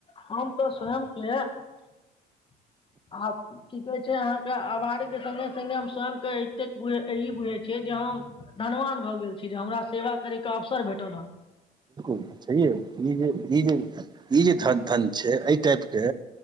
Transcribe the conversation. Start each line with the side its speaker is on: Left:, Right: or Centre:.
Left: हम तऽ स्वयं छै आ की कहै छै अहाँ के आभारी के सगे संगे हम साम के एतेक बुझे छियै जे हम धनवान भऽ गेल छी जे हमरा सेवा करैके अवसर भेटल ह
Right: छै ई जे ई जे ई जे ध धन छै एहि टाइप के